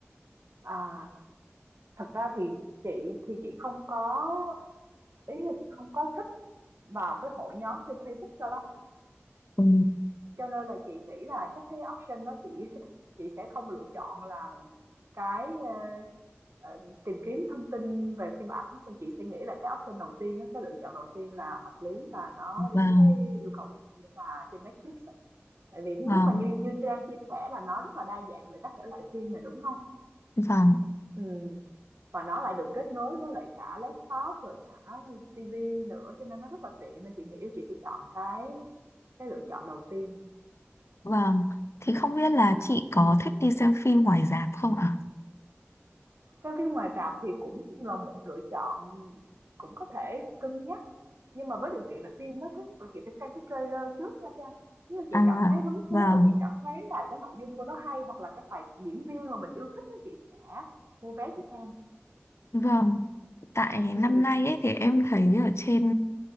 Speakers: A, on the right (about 70°); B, on the left (about 70°).
A: à, thật ra thì chị thì chị không có ý là chị không có thích vào cái hội nhóm trên Facebook cho lắm
B: Ừ,
A: cho nên là chị nghĩ là chắc cái option đó chị <laughs> chị sẽ không lựa chọn là cái, ờ, Ờ, tìm kiếm thông tin về phim ảnh thì chị suy nghĩ là cái option đầu tiên á, cái lựa chọn đầu tiên là hợp lý và nó
B: vâng.
A: đúng cái yêu cầu của chị là trên Netflix á. Tại vì thứ
B: Vâng
A: nhất là như như Trang chia sẻ là nó rất là đa dạng về các thể loại phim này đúng không?
B: Vâng,
A: Ừ. Và nó lại được kết nối với lại cả laptop rồi cả TV nữa cho nên nó rất là tiện nên chị nghĩ chị sẽ chọn cái cái lựa chọn đầu tiên.
B: vâng. Thì không biết là chị có
A: Ừ.
B: thích đi xem phim ngoài rạp không ạ?
A: Xem phim ngoài rạp thì cũng là một lựa chọn cũng có thể cân nhắc Nhưng mà với điều kiện là phim nó cứ chị phải xem cái trailer trước nha Trang. Nếu chị
B: À,
A: cảm thấy hứng thú
B: vâng,
A: và chị cảm thấy là cái nội dung của nó hay hoặc là cái tài diễn viên mà mình yêu thích đó chị sẽ mua vé chị xem.
B: vâng. Tại
A: ừ
B: năm nay ấy thì em thấy ở trên